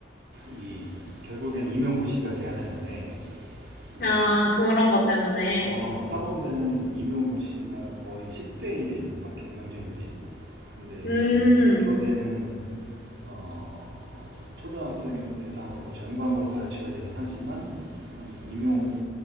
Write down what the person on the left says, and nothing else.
아, 그런 것 때문에.
음.